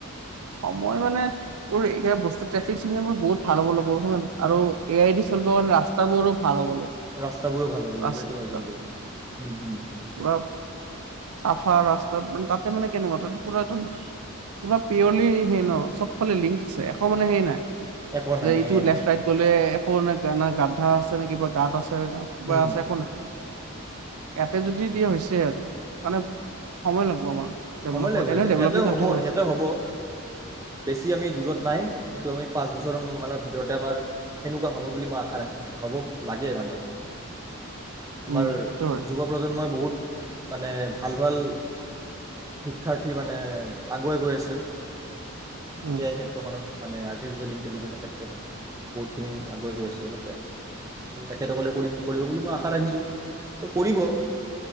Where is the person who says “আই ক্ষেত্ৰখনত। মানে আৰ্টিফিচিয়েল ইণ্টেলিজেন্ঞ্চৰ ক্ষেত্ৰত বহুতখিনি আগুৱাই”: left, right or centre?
Right